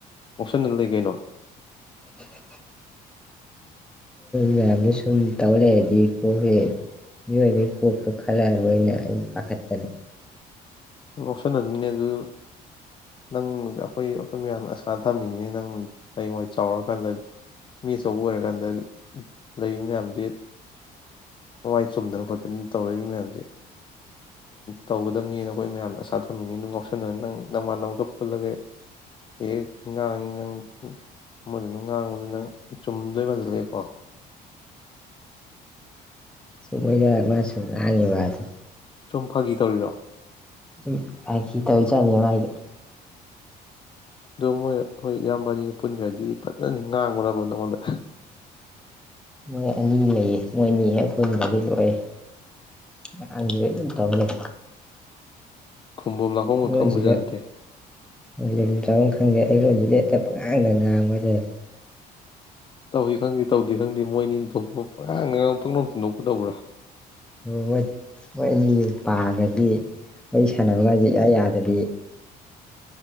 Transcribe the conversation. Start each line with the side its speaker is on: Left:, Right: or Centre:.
Left: ꯉꯣꯛꯁꯟꯅꯗꯅ ꯂꯩ ꯀꯩꯅꯣ
Centre: ꯎ <unintelligible> ꯃꯌꯥꯝꯗꯤ ꯁꯨꯝ ꯇꯧꯔꯛꯑꯗꯤ ꯀꯣꯛꯁꯦ ꯃꯤꯑꯣꯏꯕꯩ ꯀꯣꯛꯇꯣ ꯈꯜꯂꯛꯑꯔꯣꯏꯅ ꯑꯩ ꯄꯥꯈꯠꯄꯥꯅꯤ
Left: ꯉꯥꯑꯣꯁꯟꯅꯅꯨꯅꯦ ꯑꯗꯨ ꯅꯪ ꯑꯩꯈꯣꯏ ꯑꯩꯈꯣꯏ ꯃꯌꯥꯝꯅ ꯑꯁꯥ ꯊꯝꯃꯤꯅꯤꯅꯦ ꯅꯪ ꯍꯡꯋꯥꯏ ꯆꯥꯎꯔꯀꯥꯟꯗ ꯃꯤ ꯑꯆꯧꯕ ꯑꯣꯏꯔꯀꯥꯟꯗ ꯂꯩꯔꯤꯕ ꯃꯌꯥꯝꯁꯦ ꯃꯋꯥꯥꯏ ꯆꯨꯝꯗꯅ ꯈꯣꯠꯇꯅ ꯇꯧꯔꯛꯏꯕ ꯃꯌꯥꯝꯁꯦ ꯇꯧꯒꯗꯕꯅꯦꯅ ꯑꯩꯈꯣꯏ ꯃꯌꯥꯝꯅ ꯑꯁꯥ ꯊꯝꯃꯤꯅꯤꯤ ꯑꯗꯨ ꯉꯥꯎꯁꯟꯅꯅ ꯅꯪ ꯅꯧꯃꯥꯟꯅꯕꯒ ꯄꯨꯜꯂꯒ ꯍ ꯉꯥꯡꯉꯤ ꯅꯪ ꯃꯗꯨꯅꯪ ꯉꯥꯡꯕꯗꯨ ꯅꯪ ꯆꯨꯝꯗꯣꯏ ꯃꯥꯗꯨꯂꯦꯀꯣ
Centre: ꯃꯣꯏꯗ ꯃꯥ ꯁꯨꯨꯝ ꯉꯥꯪꯉꯤꯕꯥ ꯍꯥꯢꯗꯨꯅꯤ
Left: ꯁꯨꯝ ꯐꯒꯤꯗꯧꯔꯤꯔꯣ
Centre: ꯁꯨꯝ ꯍꯥꯏꯈꯤ ꯇꯧ ꯆꯥꯠꯅꯤꯉꯥꯏꯗꯣ
Left: ꯑꯗꯣ ꯃꯣꯏ ꯍꯣꯏ ꯏꯌꯥꯝꯕꯅꯤꯒ ꯄꯨꯟꯈ꯭ꯔꯗꯤ ꯐꯖꯅꯤ ꯉꯥꯡꯉꯨꯔꯕ ꯅꯉꯣꯟꯗ
Centre: ꯃꯣꯏ ꯑꯅꯤ ꯂꯩꯌꯦ ꯃꯣꯏ ꯑꯅꯤ ꯍꯦꯛ ꯍꯨꯟꯗꯤ ꯂꯣꯛꯑꯦ ꯑꯍ ꯑꯗꯨꯝ ꯇꯧꯍꯂꯦ
Left: ꯈꯨꯝꯕꯝ ꯂꯥꯛꯐꯝ ꯒ
Centre: ꯃꯣꯢꯁꯤꯗ
Left: ꯈꯪꯕꯖꯥꯠ ꯅꯠꯇꯦ
Centre: ꯂꯩꯔꯝꯗꯔꯒ ꯈꯪꯒꯦ ꯐꯩꯒꯣꯟꯜꯁꯤꯗꯤ ꯍꯦꯛꯇ ꯄ ꯉꯥꯡꯗ ꯉꯥꯡꯕ ꯍꯥꯏꯇꯥꯏ
Left: ꯇꯧꯏ ꯈꯪꯗꯦ ꯇꯧꯗꯦ ꯈꯪꯗꯦ ꯃꯣꯏꯅꯤꯅ ꯇꯧꯕ ꯄꯉꯗ ꯉꯥꯪ ꯄꯪꯅꯧꯇ ꯅꯣꯛꯄ ꯇꯧꯕ꯭ꯔꯥ
Centre: ꯍꯣꯏ ꯃꯧ ꯑꯅꯤ ꯄꯥꯒꯗꯤ ꯋꯥꯔꯤ ꯁꯥꯟꯅꯕꯒꯥꯁꯤ ꯏꯌꯥ ꯌꯥꯗꯕꯤ